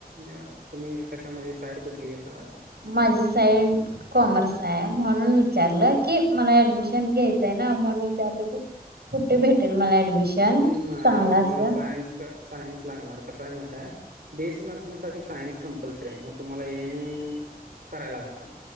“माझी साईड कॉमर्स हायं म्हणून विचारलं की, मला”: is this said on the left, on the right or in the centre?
Right